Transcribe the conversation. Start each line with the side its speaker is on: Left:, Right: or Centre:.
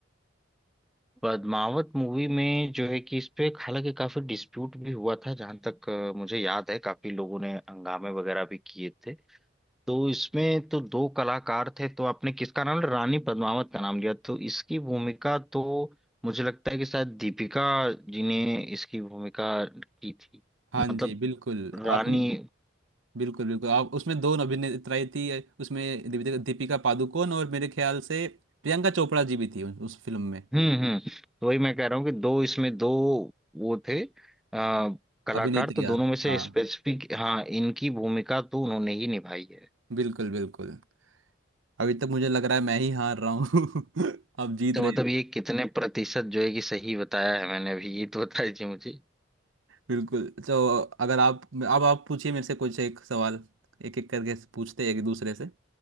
Centre: पद्मावत मूवी में जो है कि इस पे हालांकि काफी डिस्प्यूट भी हुआ था जहां तक अ, मुझे याद है काफी लोगों ने हंगामे वगैरह भी किए थे तो इसमें तो दो कलाकार थे तो आपने किसका नाम लिया? रानी पद्मावत का नाम लिया तो इसकी भूमिका तो मुझे लगता है कि शायद दीपिका जी ने इसकी भूमिका की थी
Right: हाँ
Centre: मतलब
Right: जी बिल्कुल
Centre: रानी
Right: आप बिल्कुल बिल्कुल आप उसमें दो अभिनेत्राएं थी उसमें दीपिका दीपिका पादुकोण और मेरे ख्याल से प्रियंका चोपड़ा जी भी थी उस उस फिल्म में
Centre: हम्म हम्म तो वही मैं कह रहा हूँ कि दो इसमें दो वो थे आ, कलाकार
Right: अभिनेत्रियाँ
Centre: तो दोनों में से
Right: हाँ
Centre: स्पेसिफिक हाँ इनकी भूमिका तो उन्होंने ही निभाई है
Right: बिल्कुल बिल्कुल अभी तक मुझे लग रहा है मैं ही हार रहा हूँ <laughs> आप जीत
Centre: तो
Right: रहे
Centre: मतलब ये ये कितने प्रतिशत जो है कि सही बताया है मैंने अभी ये तो बताइए मुझे
Right: बिल्कुल तो अगर आप अब आप पूछिए मेरे से कुछ एक सवाल एक एक करके पूछते हैं एक दूसरे से